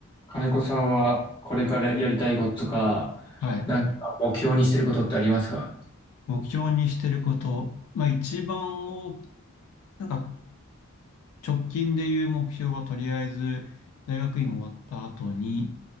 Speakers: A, on the left; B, on the left.
A: 金子さんはこれからやりたいこととか、
B: はい。
A: なんか目標にしてることってありますか
B: 目標にしてること。まあ一番を、なんか直近でいう目標はとりあえず大学院終わった後に